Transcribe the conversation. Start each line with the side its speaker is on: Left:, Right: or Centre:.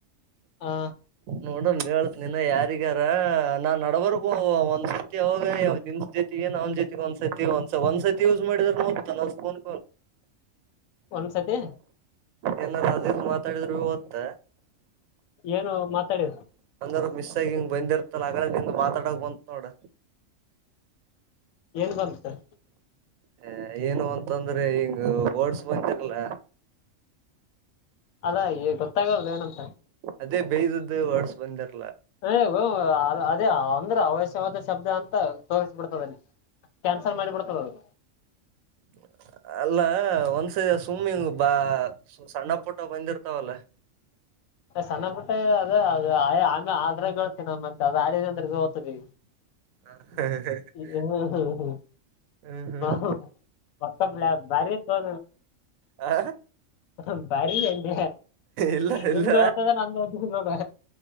Left: ಹ
Right: ನೋಡಂ ಹೇ ನಿನ್ನ ಯಾರಿಗಾರ ನಾನ್ ನಡಬರ್ಬೋ ಒಂದ್ ಸತಿ ಅವಾಗ ನಿಮ ಜೊತೆಗೆ ನಾವ ಜೊತಿಗೆ ಒಂತ ಒಂದ್ ಸತಿ ಒಂದ್ಸ ಒಂದ್ಸತಿ ಯೂಸ್ ಮಾಡಿದ್ರ ನೋಡ್ತಾ ೋನ್
Left: ಒಂದ್ಸತಿ
Right: ಏನಾರೂ ಅದೇ ಮಾತಾಡಿದ್ರು ಓದ್ತ್ತ
Left: ಏನು ಮಾತಾಡ್
Right: ರು ಮಿಸ್ ಆಗಿ ಹಿಂಗ್ ಬಂದಿರ್ತಲ್ಲ ಆ ನಿ ಮಾತಾಡಕ್ ಬಂತತ್ ನೋಡ
Left: ಏನ್ ಬಂದ ಸ
Right: ಹ ಏನು ಅಂತಂದ್ರೆ ಹಿಂಗ ಬೋಡ್ಸ್ ಬಂದಿರಲ್ಲ
Left: ಅದಾ ಈ ಗೊತ್ತಾಗಲ್ದು ಏನಂತ
Right: ಅದೇ ಬೈ್ದದ ಹೊಡ್ಸ್ ಬಂದಾರ
Left: ಅ ಅದೇ ಅಂದ್ರೆ ಅವಶ್ಯವಾದ ಶಬ್ದ ಅಂತ ತೋಸ್ಬಿಡ್ತದಲ್ಲಿ ಕ್ಯಾನ್ಸಲ್ ಮಾಡಿ ಬಿಿಡ್ತದ ಅದು
Right: <unintelligible> ಅಲ್ಲ ಒಂದ್ಸರಿ ಸುಮ್ಮಿಂಗ್ ಬಾ ಸಣ್ಣ ಪುಟ ಬಂದಿರ್ತಾವಲ್ಲ <unintelligible>
Left: ಸಣ್ಣಬುಟ್ಟ ಅದ ಅದು ಆಮೆ ಆದ್ರೆ ಕೇಳ್ತೀಿನ ಮತ್ತೆ ಅದು ಆಡಿದೆ ಅಂದ್ರೆ ಇದು ಓದತವಿ
Right: <unintelligible> ಹ
Left: ಹ್ಮ್ ಹ್ಮ್ ಹ್ಮ್
Right: ಹ್ಮ್ ಹ್ಮ್
Left: ಹಾ ಪಕ್ಕಪ್ ಬಾರಿ ಇ ತ
Right: ಹ
Left: ಹ ಬಾರಿಅಂದ
Right: ಇಲ್ಲ
Left: ನಿಮ್ದ
Right: ಇಲ್ಲ
Left: ಓದ್ತದ ನಂದು ಓದ ನೋಡ್ರ